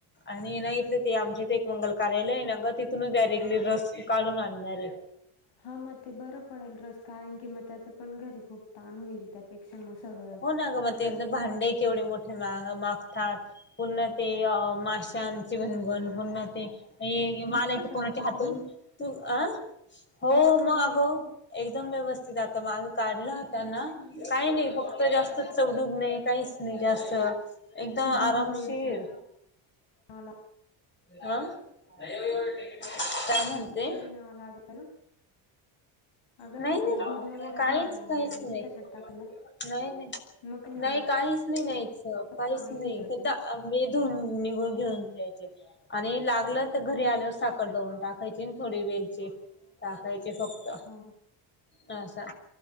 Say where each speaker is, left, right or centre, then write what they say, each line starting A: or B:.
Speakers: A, on the left (about 20°); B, on the left (about 65°).
A: आणि ना इथले ते आमचे ते एक मंगल कार्यालय आहे ना ग तिथ तिथूनच डारेक्टली रस काढून आणणार आहे
B: हा मग ते बरं पडेल रस कारण की म त्याच पण घरी खूप ताण होईल त्यात पेक्षा मसग.
A: हो ना ग मग ते भांडे केवढे मोठे मागतात. पुर्ण ते माशांचे भनवण पुर््हा ते मला
B: भेटत
A: आहे
B: का
A: कोणाच्या
B: रस
A: हातून
B: काढून
A: तू अ हो
B: रस
A: मग
B: काढून
A: अगो.
B: भेटत का
A: एकदम व्यवस्थित आता माल काढलाताना काही नाही फक्त तर जास्त चवडूब नाही काहीच नाही जास्त एकदाम
B: मग
A: आरामशीर
B: दूध वगैरे न्यावं लाग
A: हा. काय म्हणते.
B: वगैरे न्यावं लागल ना अगं
A: नाही
B: म्हंटलं
A: नाही
B: दूध वगैरे
A: काहीच
B: घेऊन जायला
A: काहीच
B: लागेल
A: नाही.
B: ना त्याच्यात टाकायला
A: नाही नाही
B: मग न्यावं
A: नाही
B: लागत
A: काहीच नाही नाहीच काहीच
B: तांबे
A: नाही
B: घेऊन जायचे
A: होत.
B: का
A: मधन निघून घेऊन जा्यायचे. आणि लागलं तर घरी आल्यावर साखर दऊून टाकायची थोडी वेलची टाकायचे फक्त
B: हा
A: असा.